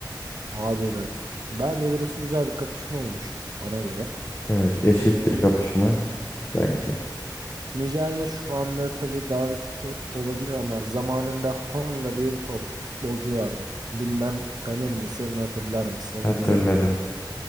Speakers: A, on the right; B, on the left.
A: Abi bak. Bence burası güzel bir kapışma olmuş. Bana göre.
B: Evet, eşit
A: Ee,
B: bir kapışma bence.
A: Nijerya şu anda tabii daha üstü olabilir ama zamanında Honda diye bir top futbolcu vardı. Bilmem tanır mısın, hatırlar mısın
B: Hatırlarım.
A: bilemiyorum.